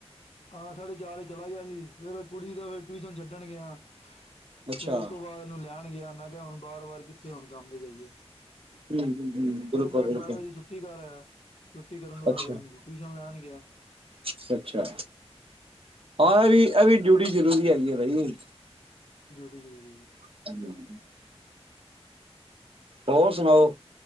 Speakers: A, on the left (about 80°); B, on the right (about 60°).
A: ਹਾਂ, ਸਾਢੇ ਚਾਰ ਵਜੇ ਚਲਾ ਗਿਆ ਸੀ ਫੇਰ ਕੁੜੀ ਦਾ ਫਿਰ ਟਿਊਸ਼ਨ ਛੱਡਣ ਗਿਆ।
B: ਅੱਛਾ
A: ਫੇਰ ਇਸ ਤੋਂ ਬਾਅਦ ਇਹਨੂੰ ਲੈਣ ਗਿਆ ਮੈਂ ਮੈਂ ਕਿਹਾ ਹੁਣ ਬਾਰ-ਬਾਰ ਕਿੱਥੇ ਹੂਣ ਕੰਮ ਤੇ ਜਾਈਏ।
B: ਹਮ ਬਿਲਕੁਲ
A: ਫਿਰ ਮੈਂ
B: ਬਿਲਕੁਲ
A: ਬਾਰਾਂ ਵਜੇ ਛੁੱਟੀ ਕਰ ਆਇਆ ਛੁੱਟੀ ਕਰਨ ਤੋਂ ਬਾਅਦ
B: ਅੱਛਾ
A: ਫਿਰ ਉਨੂੰ ਟਿਊਸ਼ਨ ਲੈਣ ਗਿਆ।
B: <unintelligible> ਅੱਛਾ, ਹਾਂ ਇਹ ਵੀ, ਇਹ ਵੀ ਡਿਊਟੀ ਜ਼ਰੂਰੀ ਹੈਗੀ ਏ ਬਈ
A: ਟੀ ਜ਼ਰੂਰੀ ਏ।
B: <unintelligible> ਹੋਰ ਸੁਣਾਓ,